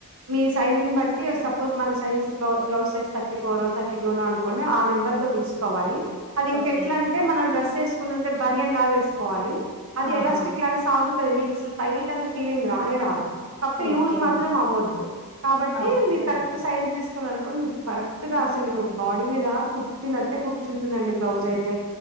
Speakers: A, on the right; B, on the left.
A: మీ సైజుని బట్టి సపోజ్ మన size blouse size thirty four thirty two నో అనుకోండి ఆ నెంబర్ తో తీసుకోవాలి అది ఇంకెట్లా
B: ఓకే
A: అంటే మనం డ్రస్ చేసుకుంటుంటే బనియన్ లాగ వేసుకోవాలి అది
B: ఆహా
A: ఎలాస్టిక్ లాగా సాగుతది మీకస్సలు టైట్ అనే ఫీలింగ్ రానే రాదు కాపోతే
B: ఓకే
A: లూజ్ మాత్రం అవ్వద్దు కాబట్టి
B: ఓకే
A: మీరు కరెక్ట్ సైజ్ తీసుకున్న అనుకోండి మీ కరెక్ట్ గా అసలు బాడీ మీద కుట్టినట్టే కుర్చుంటుందండి బ్లౌజ్ అయితే